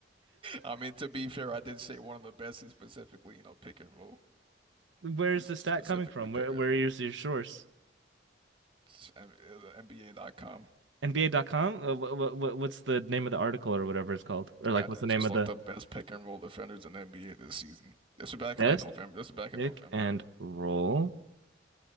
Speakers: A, on the right; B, on the right.
A: I mean, to be fair, I did say one of the best, and specifically, you know, pick and roll,
B: <laughs> Where
A: Just
B: is the stat
A: specifically
B: coming from?
A: pick
B: Where where
A: and roll.
B: is your source?
A: It's M- uh, NBA.com.
B: NBA. NBA.com? Uh, what, what, what's the name of the article or whatever it's called? Or like,
A: I
B: what's
A: just
B: the name of
A: looked
B: the
A: up best pick and roll defenders in the NBA this season. This was back
B: best
A: in like November. This was back in
B: pick
A: November.
B: and roll